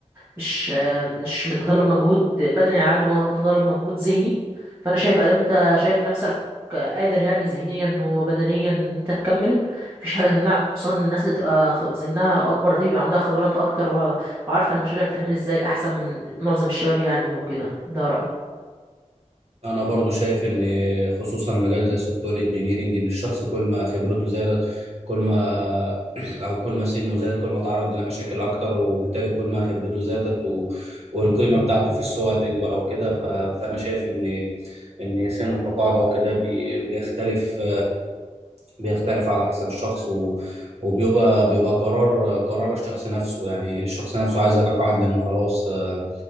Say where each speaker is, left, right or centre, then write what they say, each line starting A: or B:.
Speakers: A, on the right (about 20°); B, on the right (about 55°).
A: مش مش بيتطلب مجهود بدني على قد ما هو بيتطلب مجهود ذهني فانا شايف ادام انت شايف نفسك قادر يعني ذهنيا وبدنيا ان انت تكمل مفيش حاجه تمنعك خصوصا إن الناس اللي تبقى خ- سنها اكبر دي بيبقى عندها خبرات اكتر وع- وعارفه المشاريع بتتعمل ازاي احسن من معظم الشباب يعني وكده ده رايي
B: انا برضو شايف ان خصوصا مجال زي السوفت وير انجينيرنج ان الشخص كل ما خبرته زادت كل ما <clears throat> او كل ما سنه زاد كل ما تعرض لمشاكل اكتر وبالتالي كل ما خبرته زادت و... والقيمه بتاعته في السوق هتكبر او كده ف... فانا شايف ان ان سن التقاعد او كده بي... بيختلف بيختلف على حسب الشخص و... وبيبقى بيبقى قرار قرار الشخص نفسه يعني الشخص نفسه عايز يتقاعد لأنه خلاص آه،